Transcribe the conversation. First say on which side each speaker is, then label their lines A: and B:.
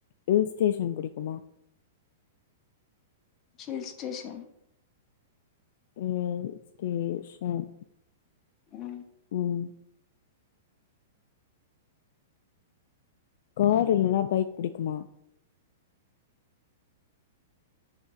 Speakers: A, on the left; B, on the left.
A: ஹில்ஸ் டேஷன் புடிக்குமா
B: ஹில்ஸ் ஸ்டேஷன்
A: ஹில் ஸ்டேஷன்
B: ம்
A: ம் கார் இல்லனா பைக் புடிக்குமா